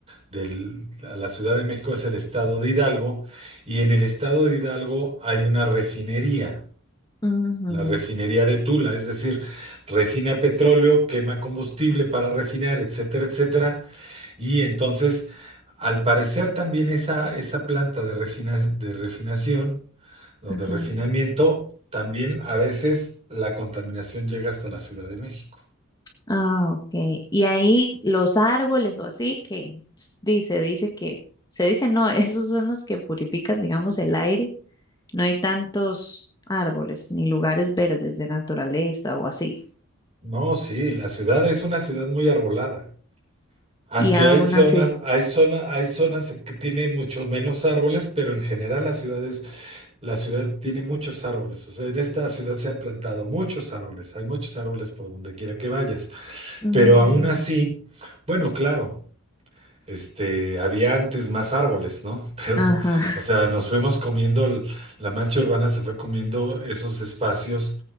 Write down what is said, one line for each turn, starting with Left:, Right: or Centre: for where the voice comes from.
Right: del- a la Ciudad de México es el estado de Hidalgo, y en el estado de Hidalgo hay una refinería,
Left: ujú,
Right: la refinería de Tula, es decir, refina petróleo, quema combustible para refinar, etcétera, etcétera Y entonces, al parecer también esa, esa planta de, refina- de refinación o
Left: ajá.
Right: de refinamiento, también a veces la contaminación llega hasta la Ciudad de México.
Left: Ah, ok. Y ahí los árboles o así que dice, dice que, se dice no, <laughs> esos son los que purifican, digamos, el aire No hay tantos árboles ni lugares verdes de naturaleza o así.
Right: No, sí, la ciudad es una ciudad muy arbolada. Aunque
Left: Y aún
Right: hay zonas,
Left: así.
Right: hay zona, hay zonas en que tienen mucho menos árboles, pero en general la ciudad es- la ciudad tiene muchos árboles. O sea, en esta ciudad se han plantado muchos árboles, hay muchos árboles por donde quiera que vayas.
Left: Ujú.
Right: Pero aún así, bueno, claro, este, había antes más árboles, ¿no? <laughs> Pero,
Left: Ajá. <laughs>
Right: o sea, nos fuimos comiendo, l- la mancha urbana se fue comiendo esos espacios